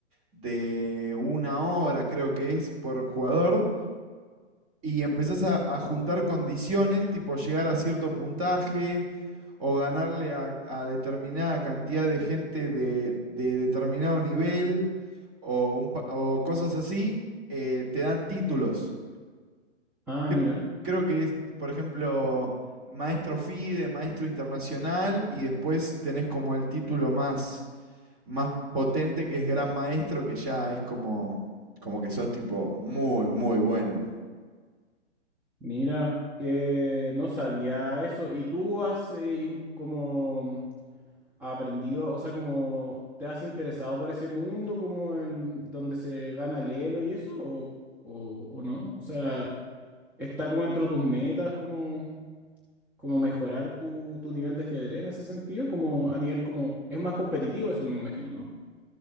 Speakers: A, on the right; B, in the centre.
A: de una hora creo que es por jugador, y empezás a, a juntar condiciones, tipo llegar a cierto puntaje o ganarle a, a determinada cantidad de gente de, de determinado nivel o, un pa- o cosas así, eh, te dan títulos.
B: Ah,
A: Cre-
B: mira,
A: creo que es, por ejemplo, maestro FIDE, maestro internacional, y después tenés como el título más, más potente que es gran maestro, que ya es como, como que sos tipo muy, muy bueno.
B: mira, que no sabía eso. ¿Y tú has eh, in- como aprendido, o sea, como te has interesado por ese mundo, como el donde se gana el Elo y eso, o, o, o no? O sea, ¿está como dentro de tus metas, como, como mejorar tu, tu nivel de ajedrez en ese sentido? Como a nivel como, es más competitivo eso, me imagino, ¿no?